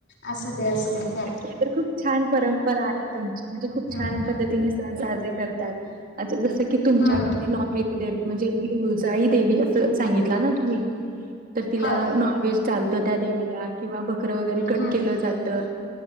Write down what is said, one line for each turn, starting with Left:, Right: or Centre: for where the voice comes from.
Left: असू द्या, असू द्या
Right: तर खूप छान परंपरा आहे तुमची, म्हणजे खूप
Left: हम्म
Right: छान पद्धतीने सण साजरे करता. जसं की तुमच्याकडे
Left: हम्म
Right: नॉन व्हेजिटेरियन म्हणजे लोळजाई देवी असं सांगितला ना <unintelligible> तर तिला
Left: होय
Right: नॉन व्हेज चालतं त्या देवीला. किंवा बकरं वगैरे कट
Left: हम्म
Right: केलं जातं.